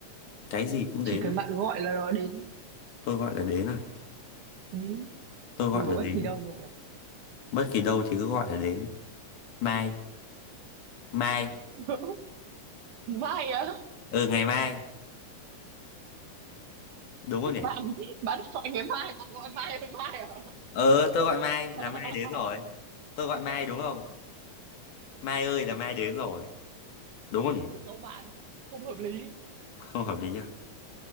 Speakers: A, on the left (about 85°); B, on the right (about 85°).
A: cái gì cũng đến
B: Chỉ cần
A: à
B: bạn gọi là nó đến.
A: tôi gọi là đến à
B: Ừ.
A: tôi gọi
B: Dù ở
A: là
B: bất
A: đến
B: kỳ đâu gọi là.
A: bất kỳ đâu thì cứ gọi là đến mai mai
B: <laughs> Mai á?
A: ừ ngày mai đúng không nhỉ
B: Bạn, bạn gọi ngày mai, bạn gọi mai với mai à?
A: ờ tôi gọi mai là
B: <laughs>
A: mai đến rồi tôi gọi mai đúng không mai ơi là mai đến rồi đúng không nhỉ
B: Ừ, Không bạn, không hợp lý.
A: không hợp lý à